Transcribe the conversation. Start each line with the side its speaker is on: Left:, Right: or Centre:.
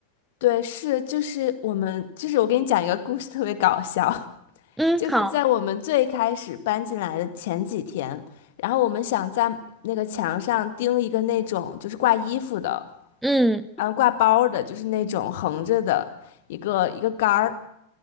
Left: 对，是，就是我们，就是我给你讲一个故事，特别搞笑，<laughs>
Centre: 嗯，
Left: 就是在我们最开始搬进来的前几天，
Centre: 好，
Left: 然后我们想在那个墙上钉一个那种就是挂衣服的。
Centre: 嗯
Left: 嗯，呃挂包儿的，就是那种横着的一个一个杆儿，